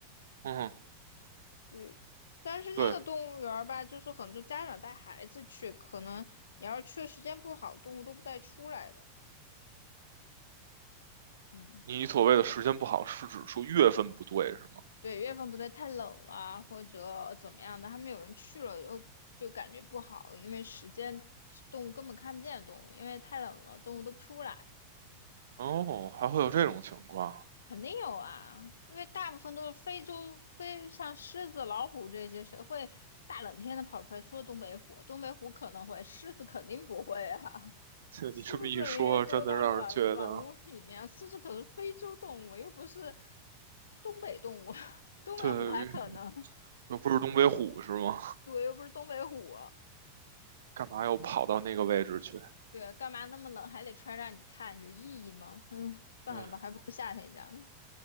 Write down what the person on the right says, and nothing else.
嗯，
对，
你所谓的时间不好是指说月份不对是吗？
哦，还会有这种情况，
这你这么一说，
真的让人觉得，
对，又不是东北虎是吗？
干嘛要跑到那个位置去？
对，